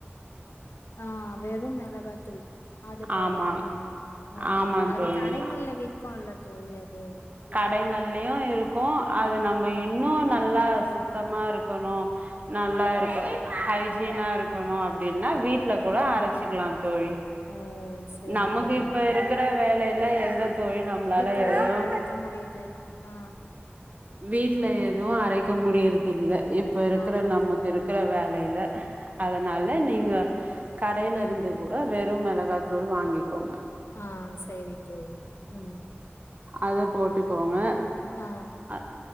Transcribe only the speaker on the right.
ஆமா
ஆமா
தோழி
கடைங்கள்லயும் இருக்கும் அது நம்ம
இன்னும் நல்லா சு சுத்தமா இருக்கணும் நல்லா
இருக்கு ஹை கிளினா இருக்கணும் அப்படின்னா வீட் இதுல கூட
அரைச்சிக்கலாம் தோழி
நமக்கு
இப்ப இருக்கிற வேலை இல்ல எந் தோழி நம்மளால
எதுவு
வீட்டுல எதுவும் அரைக்க முடியறது இல்லை இப்ப இருக்கிற
நமக்கு
இருக்கிற வேலை இல்ல அதனால
நீங்க கடையில
இருந்து கூட வே னி மிளகாத்தூள் வாங்கிக்கோங்க
அத போட்டுக்கோங்க
அ